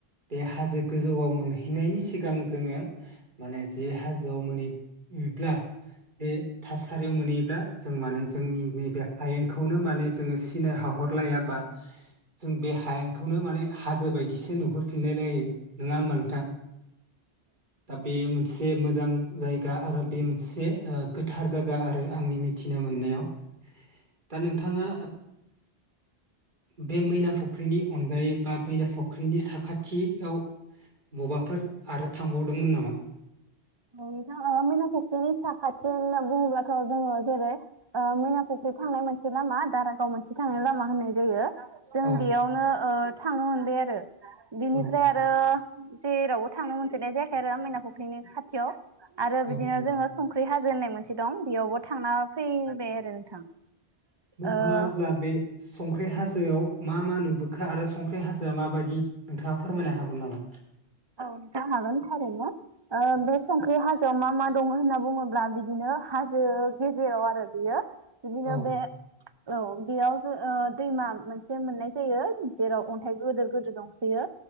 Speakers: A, on the right; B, on the right.
A: बे हाजो गोजौआव मोनहै नायनि सिगां जोङो माने जे हाजोआव माने ब्ला बे थासारियाव मोनहैयोब्ला जों माने जोंनि नैबे आयेन बेखौनो माने जोङो सिनाय हाहरलायाबा जों बे हायेनखौनो माने हाजो बायदिसो नुहरफिनलायलायो। नोङा होमबा नोंथां। दा बे मो नसे मोजां जायगा आरो बे मोनसे गोथार जायगा आरो आंनि मिथिनोमोननायाव। दा नोंथाङा बे मैना फुख्रिनि अनगायै बा मैना फुख्रिनि साखाथियाव बबा फोर आरो थांबावदोंमोन नामा?
B: औ नोंथां मैना फुख्रियाबो सााखाथिआवनो नालाय बुङोबाथ' जोङो जेरै मैना फुख्रि थांनाय मोनसे लामा दारागाव मोनसे थांनाय लामा होननाय जायो। जों
A: औ
B: बेयावनो ओ थांनो मोनबाय आरो। बिनिफ्राय
A: औ
B: आरो जेरावबो थांनो मोनफेरनाय जायाखै आरो आ माइना फुख्रिनो खा थियाव आरो
A: औ
B: बिदिनो
A: औ
B: जोङो संख्रि हाजो होननाय मोन से दं बेयावबो थांना फैबाय आरो नोंथां।
A: नोंथाङा
B: ओ
A: अब्ला बे संख्रि हा ह्जोआव मा मा नुबोखो आरो संख्रि हाजोआ माबायदि नोंथाङा फोरमायनो हागोन नामा?
B: औ जा हागोन थारैनो बे संख्रि हाजोआव मा मा दङ' होनना बुङोब्ला बिदिनो हाजो गेजेराव आरो बियो बिदिनो
A: औ
B: बे औ बेयाव ज ओ दैमा मोनसे मोननाय जायो जेराव अन्थाइ गोदोर गोदोर दंसोयो।